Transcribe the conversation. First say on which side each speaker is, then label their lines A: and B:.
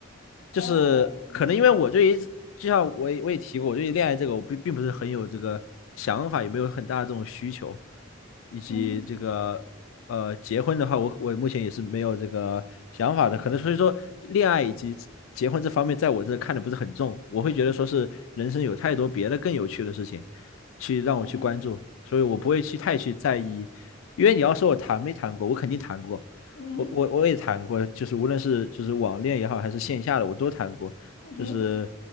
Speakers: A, on the left; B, on the left.
A: 哦，
B: 就是可能因为我对于就像我也我也提过，
A: 嗯
B: 我对于恋爱这个我并并不是很有这个想法，也没有很大的这种需求，以及这个呃结婚的话，
A: 嗯哼
B: 我我目前也是没有这个想法的，可能所以说恋爱以及结婚这方面，在我这看的不是很重，我会觉得说是人生有太多别的更有趣的事情去让我去关注，
A: 嗯哼
B: 所以我不会去太去在意，因为你要说我谈没谈过，我肯定谈过，
A: 嗯哼
B: 我我我也谈过，就是无论是就是网恋也好，还是线下的，我都谈过。
A: 嗯哼，
B: 就是，